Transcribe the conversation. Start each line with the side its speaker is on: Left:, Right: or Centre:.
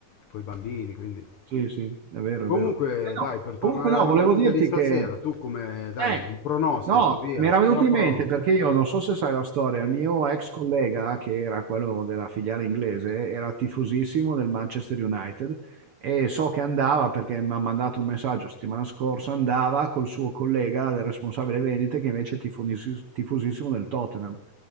Left: con i bambini, quindi...
Right: Sì, sì, è vero,
Left: Comunque,
Right: è vero. Eh
Left: dai,
Right: no,
Left: per tornare
Right: comunque no,
Left: alla
Right: volevo
Left: partita
Right: dirti
Left: di stasera,
Right: che
Left: tu come, dai,
Right: eh,
Left: un pronostico,
Right: no,
Left: via,
Right: mi era
Left: spara
Right: venuto
Left: un
Right: in
Left: pronostico.
Right: mente perché io non so se sai la storia, il mio ex collega, che era quello della filiale inglese, era tifosissimo del Manchester United e so che andava perché mi ha mandato un messaggio la settimana scorsa, andava col suo collega, il responsabile vendite, che invece è tifonis- tifosissimo del Tottenham.